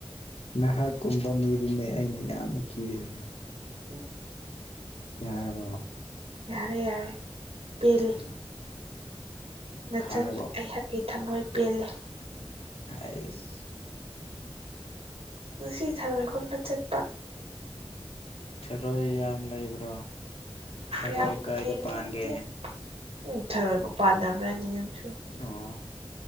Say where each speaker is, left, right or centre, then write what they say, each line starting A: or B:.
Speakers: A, on the left; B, on the right.
A: ꯅꯍꯥꯛꯀꯨꯝꯕ ꯃꯤꯗꯨꯅꯦ ꯑꯩꯅ ꯌꯥꯝꯅ ꯀꯤꯔꯤꯁꯦ꯫
B: <unintelligible>
A: ꯌꯥꯔꯕ꯭ꯔꯣ
B: ꯌꯥꯔꯦ ꯌꯥꯔꯦ ꯄꯦꯜꯂꯦ꯫
A: <unintelligible>
B: ꯅꯆꯟ
A: ꯈꯥꯔꯕꯣ
B: ꯑꯩꯍꯥꯛꯀꯤ ꯊꯝꯃꯣꯏ ꯄꯦꯜꯂꯦ꯫
A: ꯑꯥꯏꯁ
B: ꯉꯁꯤ ꯊꯔꯣꯏ ꯈꯨꯟꯕ ꯆꯠ꯫
A: ꯊꯔꯣꯏ ꯌꯥꯝ ꯂꯩꯕ꯭ꯔꯣ ꯊꯔꯣꯏ
B: ꯌꯥꯝ
A: ꯀꯥꯏꯗ
B: ꯂꯩꯕꯗꯤ
A: ꯄꯥꯟꯒꯦ
B: ꯅꯠꯇꯦ ꯎꯝ ꯊꯔꯣꯏꯕꯨ ꯄꯥꯟꯅꯕ꯭ꯔꯅꯤ ꯅꯪꯁꯨ
A: ꯑꯣ